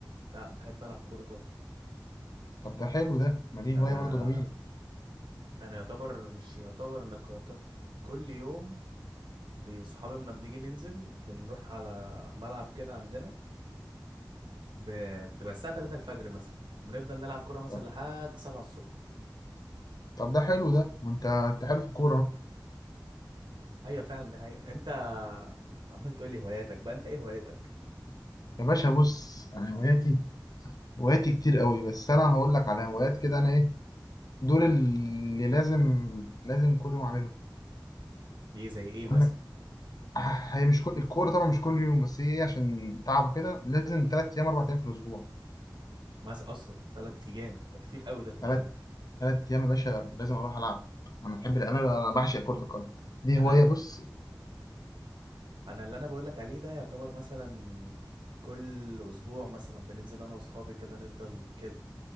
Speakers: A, on the right; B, on the left.
A: لا بحب العب كوره طبعا
B: طب ده حلو ده ما دي
A: انا
B: هواية برضو جميلة
A: انا يعتبر مش يعتبر انا كت- كل يوم بصحابي لما بنيجي ننزل بنروح على ملعب كده عندنا ب... بتبقى الساعة 3 الفجر مثلا بنفضل نلعب كورة مثلا
B: طب
A: لحد 7 الصبح
B: طب ده حلو ده ما انت انت حلو في الكورة أهو.
A: ايوه فعلا دي حقيقة انت عمال تقول لي هواياتك بقى انت ايه هواياتك
B: يا باشا بص انا هواياتي هواياتي كتير قوي بس انا هقول لك على هوايات كده انا ايه دول اللي لازم لازم كل يوم اعملهم
A: ايه زي ايه مثلا
B: عندك هي مش كل الكوره طبعا مش كل يوم بس هي عشان تعب كده لازم تلات ايام اربع ايام في الاسبوع
A: مثلا اصلا 3 ايام ده كتير قوي ده خد
B: تلات
A: بالك
B: تلات ايام يا باشا لازم اروح العب انا بحب انا انا بعشق كره القدم دي
A: انا
B: هوايه
A: ال...
B: بص
A: انا اللي انا بقول لك عليه ده يعتبر مثلا كل اسبوع مثلا بننزل انا واصحابي كده نفضل كده